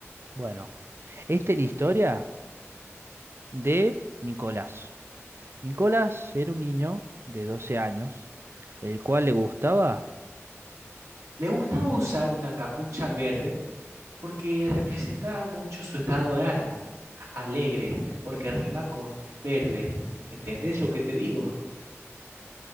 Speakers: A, on the right; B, on the right.
A: Bueno, esta es la historia de Nicolás. Nicolás era un niño de 12 años, el cual le gustaba...
B: Le gustaba usar una capucha verde porque representaba mucho su estado de ánimo. Alegre, porque rima con verde. ¿Entendés
A: Sí,
B: lo que te digo?